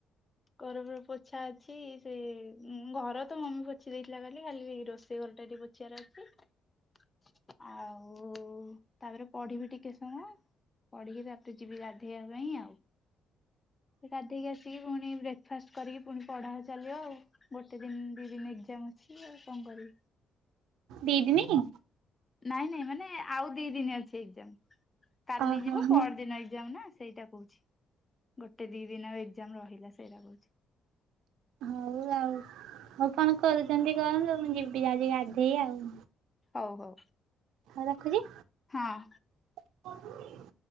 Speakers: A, on the left; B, on the right.
A: ଘର ଫର ପୋଛା ଅଛି। ସେ ଘର ତ ମମି ପୋଛି ଦେଇଥିଲା କାଲି ଖାଲି ରୋଷେଇ ଘର ଟା ଟିକେ ପୋ। <unintelligible> ଆଉ ତାପରେ ପଢିବି ଟିକେ ସମୟ ପଢିକି ତାପରେ ଏବେ ଯିବି ଗାଧେଇବା ପାଇଁ ଆଉ। ଗାଧେଇକି ଆସିକି ପୁଣି ବ୍ରେ ବ୍ରେକଫାଷ୍ଟ କରିକି ପୁଣି ପଢ଼ା ଚାଲିବ ଆଉ। ଗୋଟେ ଦିନ ଦି ଦିନ ଏକ୍ଜାମ ଅଛି ଆଉ କଣ କରିବି।
B: ଦି ଦିନି।
A: ନାଇଁ ନାଇଁ ମାନେ ଆଉ ଦି ଦିନି ଅଛି ଏଜ୍ଜାମ୍। କାଲି
B: ଓହୋ
A: ଯିବ
B: ହଉ
A: ପଅର ଦିନ ଏକ୍ଜାମ ନା ସେଇଟା କହୁଚି। ଗୋଟେ ଦି ଦିନ ଆଉ ଏଜ୍ଜାମ ରହିଲା ସେଇଟା କହୁଚି।
B: ହଉ ଆଉ। ହଉ କଣ କରୁଛନ୍ତି କରନ୍ତୁ ମୁ ଯିବି ଯାଉଚି ଗାଧେଇ ଆଉ।
A: ହଉ ହଉ।
B: ହଉ ରଖୁଚି।
A: ହଁ।
B: <inaudible>